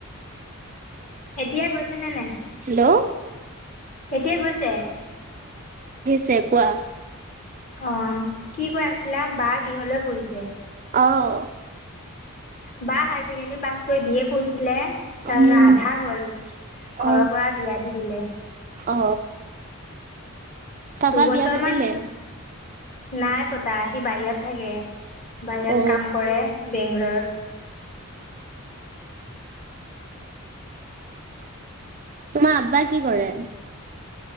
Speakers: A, on the left; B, on the right.
A: এতিয়াাই গৈছে নে নাই?
B: হেল্ল'
A: এতিয়া গৈছে
B: চে কোৱা
A: অ কি কৈ আছিলা বা গৃহলৈ পঢহিছে
B: অঁ
A: বা হায়াৰ ছেকেণ্ডেৰী পাছ কৰি বিয় পঢ়িছিলে তাৰছ
B: উম
A: আধা হ'ল ঘৰৰ
B: অ
A: পৰা বিয়া দি দিলে
B: অ কাকা
A: দুবছৰ
B: বিয়া পাতিলে
A: মান নাই পতাই সি বাহিৰত থাকে বাহিৰত
B: অ
A: কাম কৰে বেংলৰত
B: তোমাৰ আব্বা কি কৰে